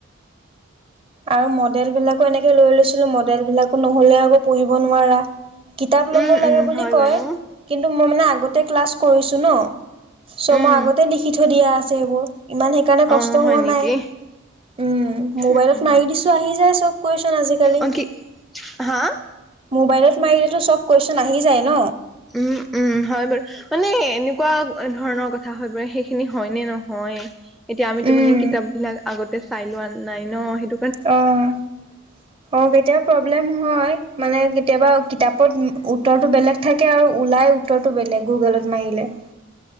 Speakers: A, on the right; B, in the centre.
A: আৰু মডেল বিলাকো এনেকে লৈ লৈছিলো মডেল বিলাকো নহলে আকৌ পঢ়িব নোৱাৰা। কিতাপ ল'ব
B: উম
A: লাগে
B: উম
A: বুলি
B: হয়
A: কয়
B: বাৰু
A: কিন্তু মই মানে আগতে ক্লাছ কৰিছো ন। ছমাহ
B: উম
A: আগতে লিখি থৈ দিয়া আছে এইবোৰ। ইমান সেইকাৰণে কষ্ট
B: অ হয়
A: হোৱা
B: নেকি
A: নাই উম, মোবাইলত
B: উম উম
A: মাৰি দিছো আহি যায় চব। কুৱেশন আজিকালি।
B: অ, কি হা
A: মোবাইলত মাৰিলেতো চব। কুৱেশন আহি যায় ন
B: উম - উম হয় বাৰু মানে এনে এনেুৱা ধৰণৰ কথা হয় পৰে সেইখিনি হয় নে নহয় এতিয়া আমিতো
A: উম
B: মানে কিতাপ বিলাক আগত চাই লোৱা নাই ন সেই।
A: অ - অ কেতিয়া প্ৰব্লেম হয়। মানে কেতিয়াবা কিতাপত উত্তৰটো বেলেগ থাকে আৰু ওলাই উত্তৰটো বেলেগ গুগলত মাৰিলে হয়।